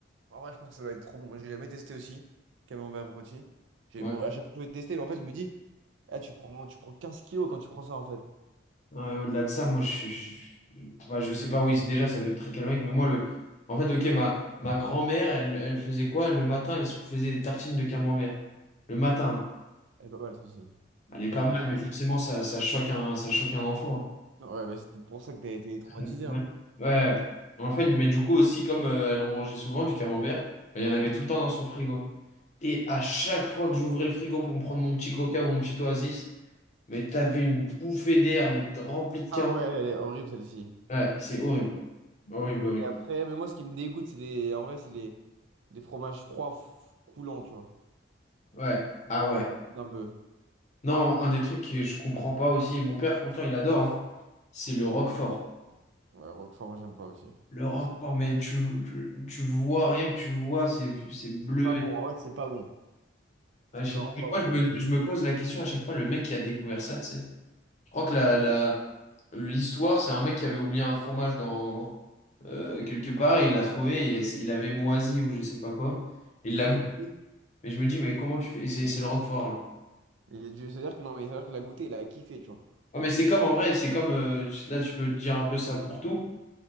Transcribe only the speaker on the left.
Ouais.
Ouais, au-delà de ça, moi je suis. Je, enfin, je sais pas, oui, c'est- déjà ça doit être très calorique, mais moi le. En fait, ok, ma, ma grand-mère, elle, elle faisait quoi? Le matin, elle se faisait des tartines de camembert. Le matin.
Elle est
pas
mal,
mais forcément, ça, ça choque un, ça choque un enfant.
hein. Ouais.
Ouais. En fait, mais du coup aussi, comme euh, elle en mangeait souvent du camembert, bah, il y en avait tout le temps dans son frigo. Et à chaque fois que j'ouvrais le frigo pour me prendre mon petit coca ou mon petit oasis, Mais t'avais une bouffée d'air, mais remplie de
carottes.
Ouais, c'est horrible. Horrible, horrible.
Ouais. Ah
ouais.
Non, un des trucs que je comprends pas aussi, et mon père pourtant il adore, hein, c'est le roquefort.
Le roquefort,
mais tu, tu, tu vois, rien que tu vois, c'est c'est bleu.
À
chaque
fois,
je
me,
je me pose la question à chaque fois, le mec qui a découvert ça, tu sais. Je crois que la, la, l'histoire, c'est un mec qui avait oublié un fromage dans, euh, quelque part, il l'a trouvé, il, il avait moisi ou je sais pas quoi. Il l'a
Mais
je me dis, mais comment tu fais? Et C'est c'est le Roquefort, genre.
Ah, mais c'est comme en vrai, c'est comme euh, là, tu peux dire un peu ça pour tout.